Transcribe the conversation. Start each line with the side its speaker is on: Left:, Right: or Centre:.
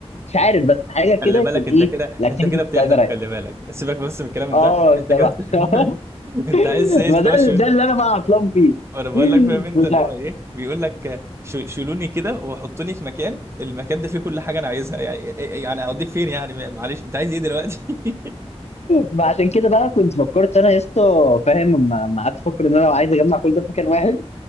Left: مش عارف بس حاجه كده
Right: خلي بالك
Left: يكون
Right: انت
Left: ايه
Right: كده
Left: الاكتيفيتي
Right: انت كده
Left: بتاعتي
Right: بتحلم
Left: رايقه
Right: خلي بالك سيبك بس من الكلام
Left: اه
Right: ده
Left: الصراحه
Right: انت كده بتحلم
Left: <laughs>
Right: <laughs> انت عايز تعيش
Left: ما
Right: اللي
Left: ده
Right: هو شيل
Left: ده اللي انا بقى عطلان فيه
Right: وانا بقول
Left: <laughs>
Right: لك فاهم انت
Left: مش
Right: اللي
Left: ع-
Right: هو ايه بيقول لك ش- شيلوني كده وحطوني في مكان المكان ده فيه كل حاجه انا عايزها يعني يعني اوديك فين يعني معلش انت عايز ايه دلوقتي <laughs>
Left: ما عشان كده بقى كنت فكرت انا يا اسطى فاهم لما لما قعدت افكر ان انا لو عايز اجمع كل ده في مكان واحد